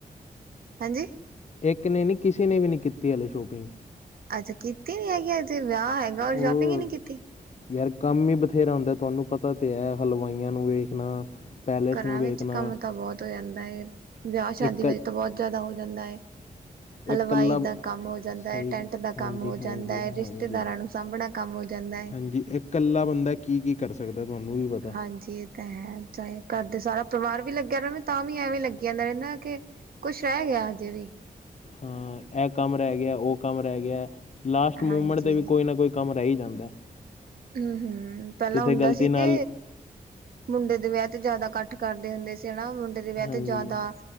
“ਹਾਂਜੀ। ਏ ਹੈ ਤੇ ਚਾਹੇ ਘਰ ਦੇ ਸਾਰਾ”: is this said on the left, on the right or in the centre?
Right